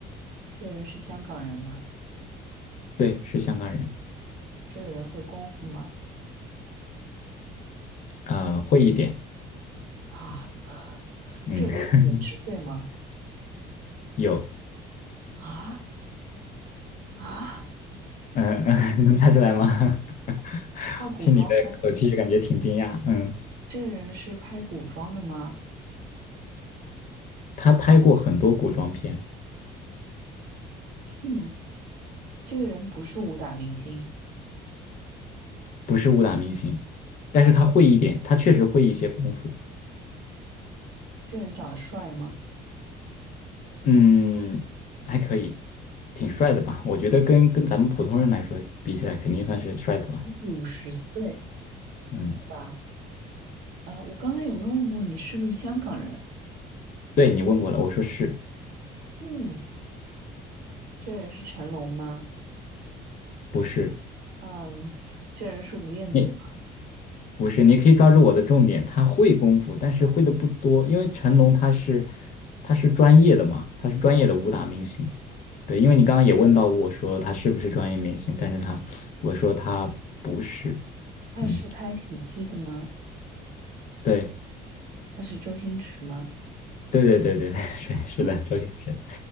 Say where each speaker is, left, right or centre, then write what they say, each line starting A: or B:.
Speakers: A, on the right; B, on the left.
A: 这个人是香港人吗？
B: 对，是香港人，
A: 这个人会功夫吗？
B: 呃，会一点，
A: 啊，
B: 嗯，
A: 这个人有五十岁吗？
B: <laughs> 有，
A: 啊啊，
B: 嗯嗯，<laughs> 能猜出来吗？<laughs>
A: 那古装，
B: 听你的口气感觉挺惊讶，嗯，
A: 这个人是拍古装的吗？
B: 他拍过很多古装片，
A: 嗯，这个人不是武打明星，
B: 不是武打明星，但是他会一点，他确实会一些功夫，
A: 这个人长得帅吗？
B: 嗯，还可以，挺帅的吧？我觉得跟跟咱们普通人来说比起来，肯定算是帅的了。
A: 五十岁，
B: 嗯，
A: 对吧？啊，我刚才有没有问过你是不是香港人？
B: 对，你问过了，我说是
A: 嗯，这个人是成龙吗？
B: 不是？
A: 嗯，这个人是吴彦祖。
B: 你不是，你可以抓住我的重点。他会功夫，但是会的不多，因为成龙他是他是专业的嘛，他是专业的武打明星。对，因为你刚刚也问到我说他是不是专业明星，但是他我说他不是。
A: 他是拍喜剧的吗？
B: 嗯，对。
A: 他是周星驰吗？
B: 对对对对，<laughs> 是是的，
A: 啊，
B: 周星驰。